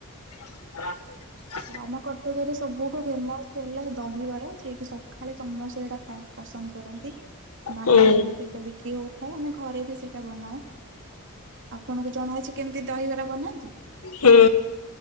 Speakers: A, on the left; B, on the right.
A: <unintelligible>
B: ହଁ ଆମ କଟକରେ ସବୁଠୁ ଫେମସ୍ ହେଲା ଦହିବରା ଯେକି ସକାଳେ ସମସ୍ତେ ହେଟା ଖା ପସନ୍ଦ କରନ୍ତି, ବାହାରେ
A: ହୁଁ
B: ସେଇଟା ବିକ୍ରି ହଉ ଥାଏ ଆମେ ଘରେ ବି ସେଇଟା ବନାଉ, ଆପଣଙ୍କୁ ଜଣାଅଛି କେମିତି ଦହିବରା ବନାନ୍ତି?
A: ହୁଁ।